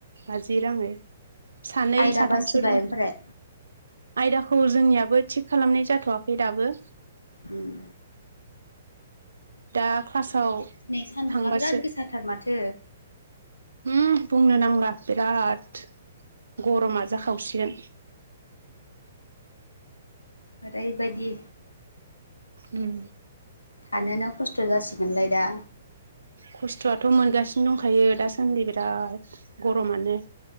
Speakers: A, on the right (about 75°); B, on the left (about 85°).
A: बाजि राङै, सानै
B: आयदा
A: साथामसो
B: बासिबाय
A: दं।
B: ओमफ्राय
A: आयदाखौ जोंनियाबो थिग खालामनाय जाथ'वाखै दाबो।
B: उम
A: दा क्लासाव
B: दिनै सान्दुङा
A: थांबासो,
B: बिराद गोसाथार माथो
A: हुम बुंनो नांग <unintelligible> बिराद गरमा जाखावसिगोन।
B: ओरैबायदि
A: उम
B: थानोनो खस्थ' जासिगोनलाय दा।
A: खस्थ'आथ' मोनगासिनो दंखायो दासान्दि बिराद गरमानो।